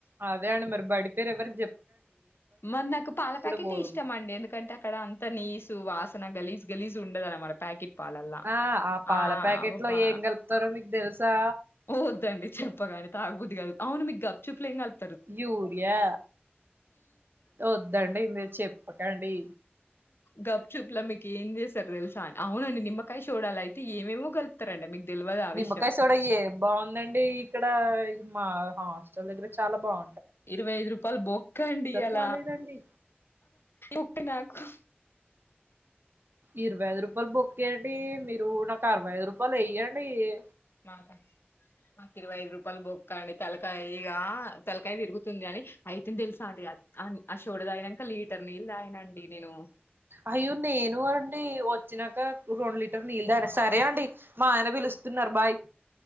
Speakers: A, on the right; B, on the left.
A: అదేఅండి మరి బడి పేరు ఎవరి
B: మరి నాకు పాల ప్యాకెటే
A: పోరు
B: ఇష్టం అండి ఎందుకంటే అక్కడ అంత నీసు వాస నా గలీస్ గలీస్ ఉండదనమాట ప్యాకెట్ పాలల్ల
A: ఆ పాల
B: ఆ
A: ప్యాకెట్
B: ఆవు
A: లో
B: పా
A: ఏం కలుపుతారో మీకు తెలుసా
B: వద్దండి చెప్పగాని తాగబుద్ది గాదు. అవును మీకు గప్ చూపులు ఏం గలప్
A: యూరియా వద్దండి ఇంగ చెప్పకండి.
B: గప్ చూపులా మీకు ఏం చేస్తారు. తెలుసా అని అవునండి నిమ్మకాయ సోడాల అయితే ఏమేమో కలుపుతారండి మీకు తెలవదు ఆ
A: నిమ్మకాయ
B: విషయం
A: సోడ ఏ బాగుందండి ఇక్కడ మా హాస్టల్ దగ్గర చాలా బాగు
B: ఇరవై ఐదు రూపాయల్ బొక్కండి ఆ
A: బాలేదండి
B: ఉప్ప నాకు
A: ఇరవై ఐదు రూపాయలు బొక్కెండి మీరు నాకు అరవై ఐదు రూపాయలు వే.
B: మాకా మాకు ఇరవై ఐదు రూపాయలు బొక్క అండి తలకాయ ఇగా తలకాయ తిరుగుతుంది అని అయితేంది తెలుసా అండి ఆ చోడదాగినంక లీటర్ నీళ్ళు తాగినండి నేను
A: అయ్యో నేను అండి వచ్చినాక రెండు లీటర్ నీళ్ళుదాగానా సరే అండి మా ఆయన బిల్ ఇస్తున్నారు బాయ్